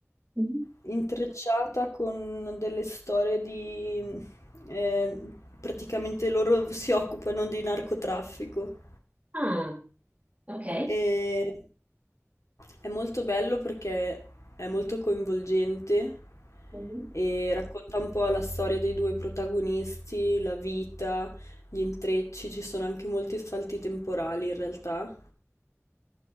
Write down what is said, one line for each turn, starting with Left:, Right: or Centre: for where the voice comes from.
Right: Mhm.
Left: intrecciata con delle storie di... eh, praticamente loro si occupano di narcotraffico
Right: ah, Ok.
Left: e è molto bello perché è molto coinvolgente
Right: Mhm.
Left: e racconta un po' la storia dei due protagonisti, la vita, gli intrecci, ci sono anche molti salti temporali in realtà.